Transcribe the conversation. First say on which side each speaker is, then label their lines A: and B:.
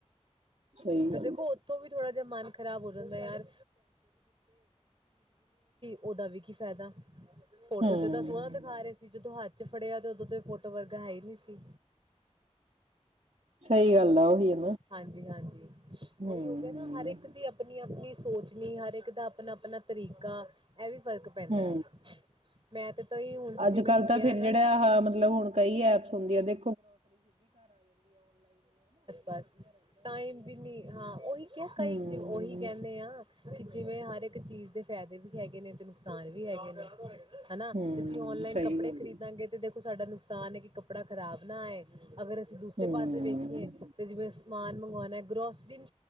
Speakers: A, on the right; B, on the right.
A: ਸਹੀ ਗੱਲ
B: ਦੇਖੋ
A: ਹੈ
B: ਉੱਥੋਂ ਵੀ ਥੋੜਾ ਦਾ ਮਨ ਖਰਾਬ ਹੋ ਜਾਂਿੰਦਾ ਯਾਰ ਉਹਦਾ ਵੀ ਕੀ ਫਾਇਦਾ ਫੋਟੋ
A: ਹੂੰ
B: ਚੋਂ ਤਾਂ ਸੋਹਾਂ ਦਿਖਾ ਰਹੇ ਸੀ ਜਦੋਂ ਹੱਥ ਫੜਿਆ ਤੇ ਉਦੋਂ ਤੋਂ ਫੋਟੋ ਵਰਗਾ ਹੈ ਹੀ ਨਹੀਂੀ ਸੀ
A: ਸਹੀ ਗੱਲ ਆ ਉਹੀ ਆ
B: ਹਾਂਜੀ ਹਾਂਜੀ
A: ਹੂੰ
B: ਉਹੀ ਹੋ ਗਿਆ ਨਾ ਹਰ ਇੱਕ ਦੀ ਆਪਣੀ ਆਪਣੀ ਸੋਚਣੀ ਹਰ ਇੱਕ ਦਾ ਆਪਣਾ ਆਪਣਾ ਤਰੀਕਾ ਇਹ ਵੀ ਫ਼ਰਕ ਪੈਂਦਾ
A: ਹ
B: ਹੈ। ਮੈਂ ਤੇ ਤਾਂਹੀ ਹੁਣ ਤੁਸੀਂ
A: ਅੱਜ
B: ਮੈਨੂੰ
A: ਕੱਲ੍ਹ ਤਾਂ
B: ਕਿਹਾ
A: ਫਿਰ
B: ਨਾ
A: ਜਿਹੜਾ ਆ ਮਤਲਬ ਹੁਣ ਕਈ ਐਪਸ ਹੁੰਦੀਆਂ ਨੇ
B: ਬਸ ਟਾਈਮ ਵੀ ਨੀ ਹਾਂ ਉਹੀ ਕਿਹਾ ਕਈ
A: ਹੂੰ
B: ਉਹੀ ਕਹਿੰਦੇ ਆ ਕਿ ਜਿਵੇਂ ਹਰ ਇੱਕ ਚੀਜ਼ ਦੇ ਫਾਇਦੇ ਵੀ ਹੈਗੇ ਨੇ ਤੇ ਨੁਕਸਾਨ ਵੀ ਹੈਗੇ ਨੇ ਹਨਾ
A: ਹੂੰ
B: ਤੇ ਅਸੀਂ ਔਨਲਾਈਨ
A: ਸਹੀ
B: ਕੱਪੜੇ
A: ਗੱਲ
B: ਖਰੀਦਾਂਗੇ ਤੇ ਦੇਖੋ ਸਾਡਾ ਨੁ ਨੁਕਸਾਨ ਹੈ ਕਿ ਕੱਪੜਾ ਖਰਾਬ ਅਸੀਂ ਦੂਸਰੇ
A: ਹੈ ਹੂੰ
B: ਪਾਸੇ ਵੇਖੀਏ ਸਮਾਨ ਮੰਗਵਾਉਣ ਗਰੋਸਲੀਨ